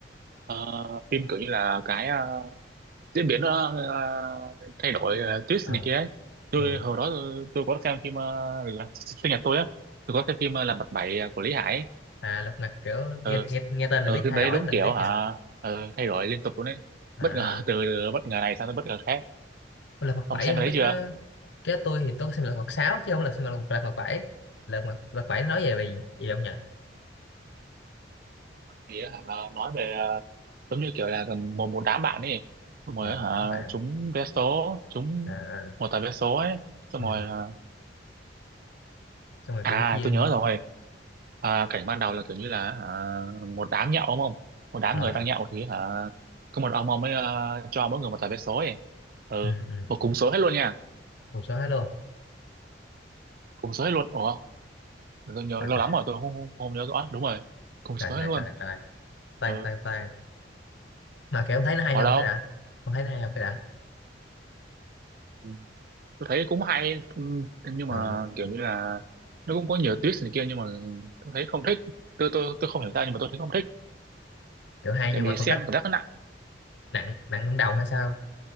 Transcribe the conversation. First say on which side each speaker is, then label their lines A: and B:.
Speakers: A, on the right (about 50°); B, on the left (about 75°).
A: ờ, phim kiểu như là cái ờ, diễn biến ờ, ờ, thay đổi ờ, twist
B: ờ
A: này kia ấy. Tôi
B: ờ.
A: hồi đó tôi, tôi có xem phim ờ, là sinh nhật tôi á, tôi có xem phim ờ, là mặt bảy ờ, của Lý Hải. ấy.
B: à lật mặt kiểu
A: Ừ,
B: nghe nghe, nghe tên là
A: ừ
B: biết
A: phim
B: thay
A: đấy
B: đổi
A: đúng
B: tình
A: kiểu
B: tiết
A: hả
B: nha
A: ừ, thay đổi liên tục luôn đấy.
B: à
A: Bất ngờ <laughs> từ, từ bất ngờ này sang tới bất ngờ khác.
B: lật mặt
A: Ông
B: bảy
A: xem
B: không
A: cái
B: biết
A: đấy chưa?
B: nó cái tôi thì tôi có xem lật mặt sáu chứ không là xem lật mặt lật mặt bảy lật mặt lật bảy nó nói về về gì không nhỉ
A: Thì á hả nói về giống như kiểu là một một đám bạn ấy xong rồi
B: ờ
A: hả
B: một đám bạn
A: trúng vé số trúng
B: à, à
A: một tờ vé số ấy xong
B: ừ.
A: rồi à
B: xong rồi
A: à,
B: kiểu chia
A: tôi nhớ rồi à, cảnh ban đầu là kiểu như là hả, một đám nhậu đúng không một đám
B: à
A: người đang nhậu thì hả có một ông ông ấy ờ, cho mỗi người một tờ vé số ấy ừ
B: ừ, ừ.
A: một cùng số hết luôn nha
B: cùng số hết luôn
A: cùng số hết luôn ủa tôi nhớ
B: trời
A: lâu
B: trời
A: lắm rồi tôi không, không nhớ rõ đúng rồi cùng số
B: trời trời
A: hết luôn
B: trời trời. tan
A: ừ
B: tan tan mà kiểu ông thấy nó hay
A: ở
B: không
A: đâu
B: cái đã ông thấy nó hay không cái đã
A: Ừ. tôi thấy cũng hay ừ, nhưng
B: Ờ,
A: mà kiểu như là nó cũng có nhiều twist này kia nhưng mà tôi thấy không thích tôi tôi tôi không hiểu sao nhưng mà tôi thấy không thích
B: kiểu hay
A: tại
B: nhưng
A: vì
B: mà không
A: xem
B: thích
A: cảm giác nó nặng
B: nặng nặng đến đầu hay sao